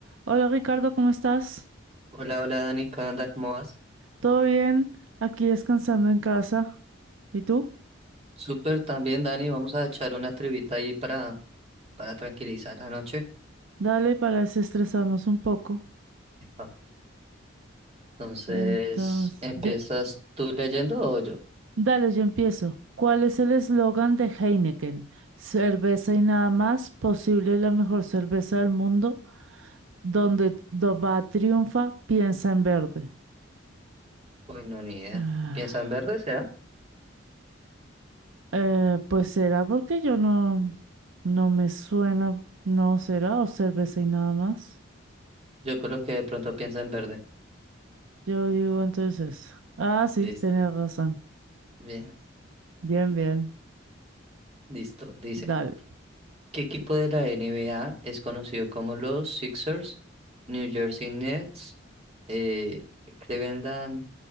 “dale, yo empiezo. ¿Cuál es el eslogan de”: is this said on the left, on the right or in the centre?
Right